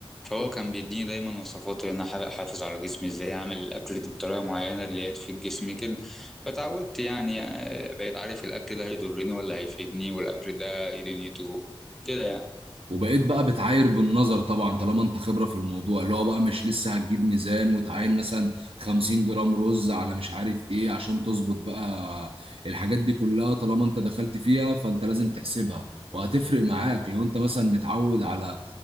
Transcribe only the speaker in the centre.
هو كان بيديني دايما وصفاته ان انا أحاول احافظ على جسمي ازاي اعمل الاكل بطريقه معينه اللي هي تفيد جسمي كده فتعودت يعني آه، بقيت عارف الاكل ده هيضرني ولا هيفيدني والاكل ده ايه دنيته كده يعني